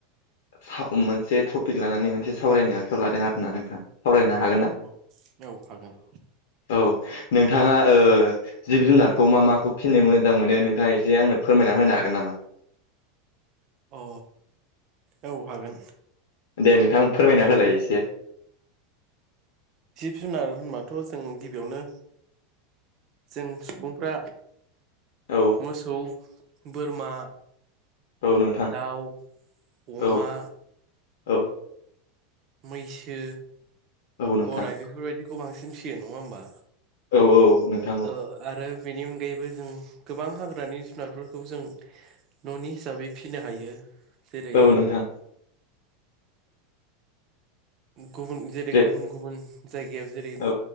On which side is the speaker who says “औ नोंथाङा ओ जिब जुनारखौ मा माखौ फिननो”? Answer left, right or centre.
Left